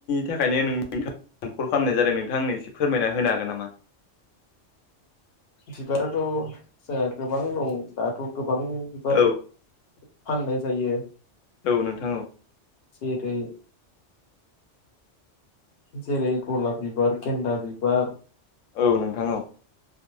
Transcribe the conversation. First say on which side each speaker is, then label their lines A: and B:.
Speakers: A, on the left; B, on the left.
A: थाखायनो नों नोंथां कल खालामनाय जादों नोंथां आंनो एसे फोरमायना होनो हागोन नामा?
B: बिबाराथ' जोंहा गोबां दं दाथ' गोबां बिबार
A: औ
B: फाननाय जायो।
A: औ नोंथां औ।
B: जेरै जेरै गलाप बिबार, गेन्दा बिबार।
A: औ नोंथां औ।